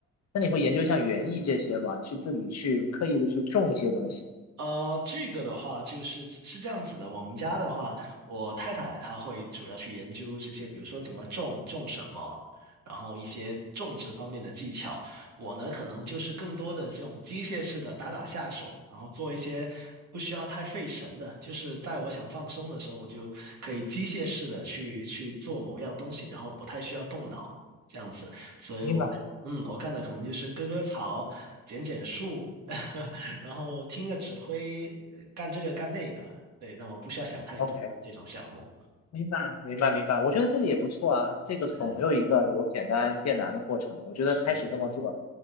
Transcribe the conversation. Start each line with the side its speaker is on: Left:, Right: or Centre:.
Left: 那你会研究像园艺这些吗？去自己去刻意的去种一些东西？
Right: 呃，这个的话就是是这样子的。我们家的话，我太太她会主要去研究这些，比如说怎么种、种什么，然后一些种植方面的技巧。我呢，可能就是更多的这种机械式的打打下手，然后做一些不需要太费神的，就是在我想放松的时候，我就可以机械式的去去做某样东西，然后不太需要动脑这样子。所以我。
Left: 明白。
Right: 嗯，我干的可能就是割割草、剪剪树，<laughs> 然后听个指挥，呃干这个干那个。对，但我不需要想太多的这种项目。
Left: OK。明白，明白，明白。我觉得这个也不错啊，这个总有一个由简单变难的过程。
Right: 是的，
Left: 我觉得开始这么做，
Right: 是